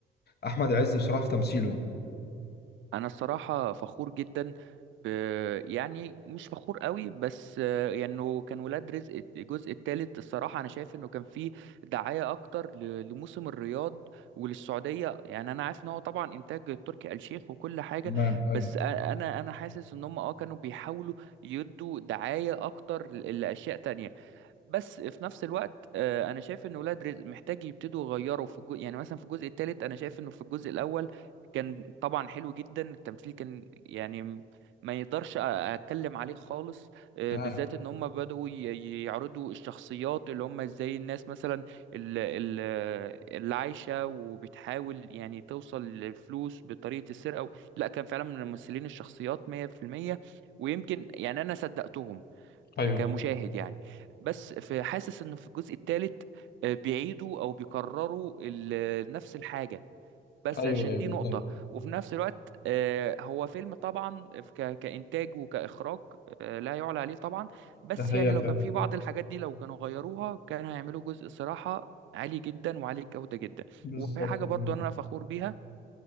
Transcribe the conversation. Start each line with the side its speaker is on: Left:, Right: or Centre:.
Left: احمد عز بصراحه في تمثيله يعني
Right: انا الصراحه فخور جدا ب... يعني مش فخور قوي بس آه، يعني إنه كان ولاد رزق الجزء الثالث الصراحه انا شايف انه كان فيه دعايه اكتر ل... لموسم الرياض وللسعوديه يعني انا عارف ان هو طبعا انتاج تركي آل الشيخ وكل حاجه
Left: نعم ايوه
Right: بس أ- انا انا حاسس ان هم اه كانوا بيحاولوا يدوا دعايه اكتر ل- لاشياء تانية بس في نفس الوقت آه، انا شايف ان ولاد رزق محتاج يبتدوا يغيروا في الجزء يعني مثلا في الجزء الثالث انا شايف انه في الجزء الاول كان طبعا حلو جدا التمثيل كان يعني م- ما يقدرش أ- اتكلم عليه خالص آه،
Left: تمام
Right: بالذات ان هم بدأوا ي- ي- يعرضوا الشخصيات اللي هم ازاي الناس مثلا ال- ال- اللي عايشة وبتحاول يعني توصل للفلوس بطريقة السرقة لا كان فعلا من الممثلين الشخصيات 100% ويمكن يعني انا صدقتهم ف-
Left: ايوه
Right: كمشاهد يعني بس في حاسس انه في الجزء الثالث بيعيدوا او بيكرروا ال- نفس الحاجه بس
Left: ايوه
Right: عشان
Left: ايوه
Right: دي
Left: بالظبط
Right: نقطة وفي نفس الوقت آه، هو فيلم طبعا ك- كإنتاج وكإخراج آه، لا يعلى عليه طبعا بس
Left: ده هي
Right: يعني لو
Left: فعلا
Right: كان في بعض الحاجات دي لو كانوا غيروها كان هيعملوا جزء صراحة عالي جدا وعالي الجودة جدا
Left: بالظبط
Right: وفي حاجة برضو
Left: نعم.
Right: أنا فخور بيها